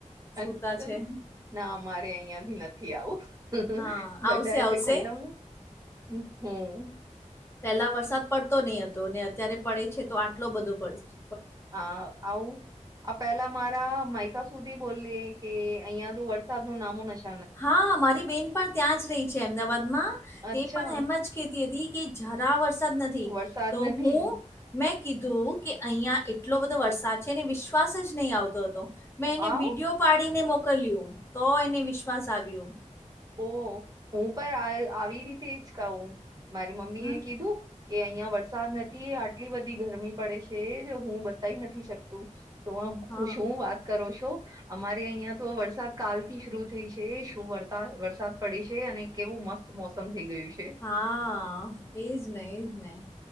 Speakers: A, on the right; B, on the left.
A: અચ્છા
B: સૂતા છે
A: ના મારે અહંથી નથી આવું
B: હા
A: બધા
B: આવશે આવશે
A: છે ખુલ્લ હમ્મ
B: પેલા વરસાદ પડતો નહ હતો અત્યારે પડે છે તો આટલો બધો પડશે.
A: હા આવું. આ પેલા મારા માયકા સુધી બોલીએ કે અહિયાયા તો વરસાદ નું નામું નશ
B: હા મારી બેન પણ ત્યાં જ રહી છે અમદાવાદમાં
A: અચ્છા
B: તે પણ એમ જ કેતી હતી કે જરા વરસાદ નથી
A: વરસાદ
B: તો
A: નથી
B: હું. મેં કીધું કે અહીયાં એટલો બધો વરસાદ છેને વિશ્વાસ જ નહીં આવતો હતો. મેં એને
A: આવ
B: વિડીયો પાડીને મોકલ્યું તો એને વિશ્વાસ આવ્યો.
A: ઓ હું પણ આવી રીતે જ કહું મારી મમ્મી
B: હા
A: એ કીધું કે અહિયાં વરસાદ નથી આટલી બધી ગરમી પડે છે હું બતાય નથી શકતુ. તો
B: હા
A: ખુશ હું વાત કરો છો અમારે અહિયાં તો વરસાદ કાલ થી શરૂ થઈ છે શું વરસા વરસાદ પડે છે અને કેવું મસ્ત મોસમ થઈ ગયું છે.
B: હા એજ નહ એજ નહ